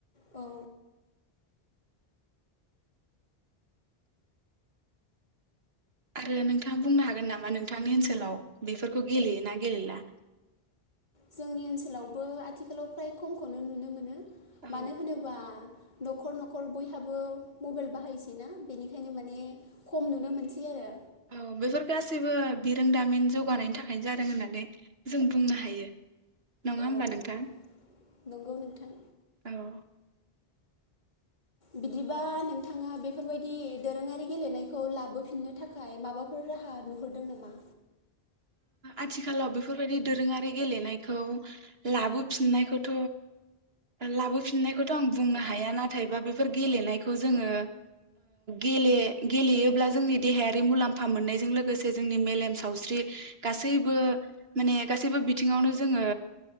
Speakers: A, on the left; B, on the right.
A: औ
B: आरो नोंथाङा बुंनो हागोन नामा नोंथांनि ओनसोलाव बेफोरखौ गेलेयोना गेलेला?
A: जोंनि ओनसोलावबो आथिखालाव फ्राय खमखौनो नुनो मोनो।
B: औ
A: मानो होनोबा नखर नखर बयहाबो मबाइल बाहायसै ना बेनिखायनो माने खम नुनो मोनसै आरो
B: औ बेफोर गासैबो बिरोंदामिन जौगानायनि थाखायनो जादों होननानै जों बुंनो हायो। नङा
A: औ
B: होमबा नोंथाङ
A: औ नंगौ नोंथां
B: औ
A: बिदिबा नोंथाङा बेफोरबायदि दोरोङारि गेलेनायखौ लाबोफिननो थाखाय माबाफोर राहा नुहरदों नामा?
B: आथिखालाव बेफोरबायदि दोरोङारि गेलेनायखौ लाबोफिननायखौथ लाबोफिननायखौथ आं बुंनो हाया नाथायबा बेफोर गेलेनायखौ जोङो गेले गेलेयोब्ला जोंनि देहायारि मुलाम्फा मोननायजों लोगोसे जोंनि मेलेम सावस्रि गासैबो माने गासैबो बिथिङावनो जोङो